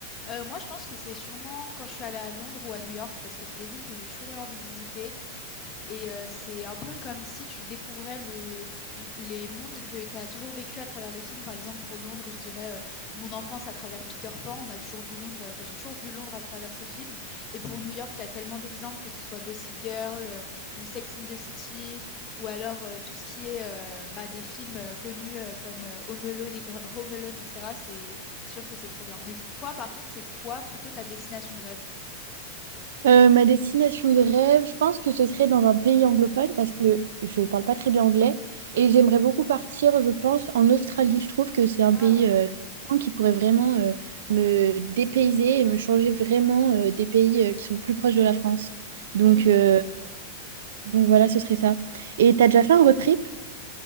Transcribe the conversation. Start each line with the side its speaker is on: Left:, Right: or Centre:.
Left: Euh, moi, je pense que c'est sûrement quand je suis allée à Londres ou à New York, parce que c'est des villes que j'ai toujours eu envie de visiter. Et euh, c'est un peu comme si tu découvrais le, les mondes que tu as toujours vécu à travers les films. Par exemple, pour Londres, je dirais euh, mon enfance à travers Peter Pan. On a toujours vu Londres, enfin, j'ai toujours vu Londres à travers ce film. Et pour New York, il y a tellement d'exemples, que ce soit Gossip Girl euh, ou Sex in the City, ou alors euh, tout ce qui est euh, bah, des films euh, connus euh, comme euh, Home Alone, et- euh, Home Alone, etc. C'est sûr que c'est trop bien. Mais toi, par contre, c'est quoi plutôt ta destination de rêve?
Right: Euh, ma destination de rêve, je pense que ce serait dans un pays anglophone parce que je parle pas très bien anglais et j'aimerais beaucoup partir, je pense, en Australie. Je trouve que c'est un
Left: Ah
Right: pays
Left: ouais,
Right: euh, qui pourrait vraiment euh, me dépayser et me changer vraiment euh, des pays euh, qui sont plus proches de la France. Donc,
Left: oui, je
Right: euh,
Left: vois.
Right: donc voilà, ce serait ça. Et t'as déjà fait un road trip?